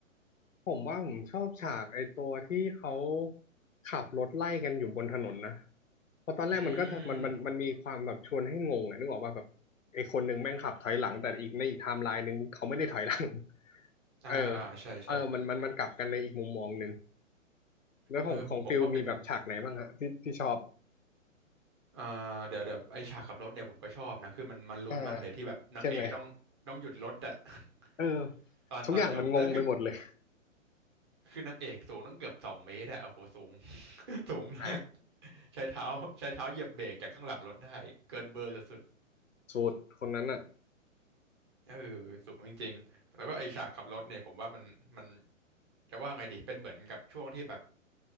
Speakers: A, on the left (about 70°); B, on the right (about 20°).
A: ผมว่าผมชอบฉากไอ้ตัวที่เขาขับรถไล่กันอยู่บนถนนนะเพราะตอนแรกมันก็จะมันมันมันมีความแบบชวนให้งงอะนึกออกว่าแบบไอ้คนหนึ่งแม่งขับถอยหลังแต่อีกในอีกไทม์ไลน์หนึ่งเขาไม่ได้ถอยหลัง
B: อืมอ่าอ่าใช่ใช่
A: เออเออมันมันมันกลับกันในอีกมุมมองหนึ่งแล้วของของฟิลมีแบบฉากไหนบ้างฮะที่ที่ชอบ
B: เออผมผมว่าเป็น อ่าเดี๋ยวเดี๋ยวไอฉากขับรถเนี่ยผมก็ชอบนะคือมันมันลุ้นมากเลยที่แบบนางเอกต้องต้องหยุดรถอะ
A: อ่าใช่ไหม
B: <laughs>
A: เออ
B: ตอนตอนจบแล้วคือ
A: ทุกอย่างมันงงไปหมดเลย
B: คือนางเอกสูงตั้งเกือบสองเมตรอะโอ้โหสูง <laughs> สูงมาก
A: ใช่
B: ใช้เท้าใช้เท้าเหยียบเบรกจากข้างหลังรถได้เกินเบอร์สุด
A: สูตรคนนั้นอ่ะ
B: เออสูงจริงๆ แล้วก็ไอฉากขับรถเนี่ยผมว่ามันมันจะว่าไงดีเป็นเหมือนกับช่วงที่แบบ